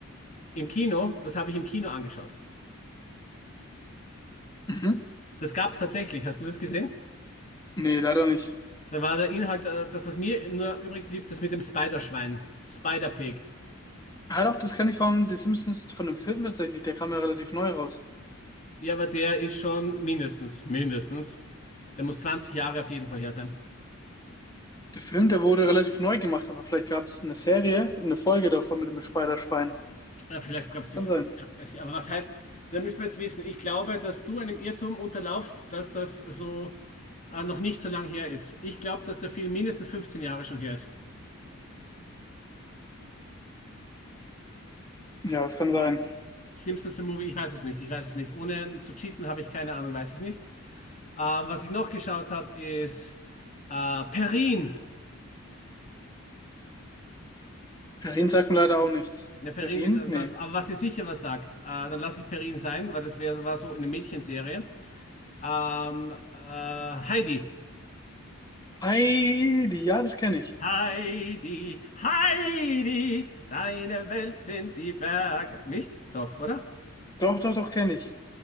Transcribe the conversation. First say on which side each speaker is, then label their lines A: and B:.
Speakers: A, on the left; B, on the left.
A: im Kino, das habe ich im Kino angeschaut.
B: Mhm.
A: Das gab es tatsächlich, hast du das gesehen?
B: Nee, leider nicht.
A: Da war der Inhalt, äh, das, was mir nur übrig blieb, das mit dem Spiderschwein, Spider-Pig.
B: Halt auf, das kenne ich von The Simpsons, von dem Film tatsächlich, der kam ja relativ neu raus.
A: Ja, aber der ist schon mindestens, mindestens, der muss 20 Jahre auf jeden Fall her sein.
B: Der Film, der wurde relativ neu gemacht, aber vielleicht gab es eine Serie, eine Folge davon mit dem Spider-Schwein.
A: Ja, vielleicht gab
B: Das
A: es die,
B: kann
A: 50
B: sein.
A: aber was heißt, da müssen wir jetzt wissen, ich glaube, dass du einem Irrtum unterlaufst, dass das so äh, noch nicht so lange her ist. Ich glaube, dass der Film mindestens 15 Jahre schon her ist.
B: Ja, das kann sein.
A: Simpsons The Movie, ich weiß es nicht, ich weiß es nicht. Ohne zu cheaten habe ich keine Ahnung, weiß ich nicht. Ähm, was ich noch geschaut habe, ist äh, Perrin.
B: Perrin sagt mir leider auch nichts.
A: Ja, Perrin,
B: Perrin?
A: wieder-
B: Nee.
A: das, aber was dir sicher was sagt, äh, dann lasse ich Perrin sein, weil das wär, war so eine Mädchenserie. Ähm, äh, Heidi.
B: Heidi, ja, das kenne ich.
A: Heidi, Heidi, deine Welt sind die Berge. Nicht? Doch, oder?
B: Doch, doch, doch, kenne ich.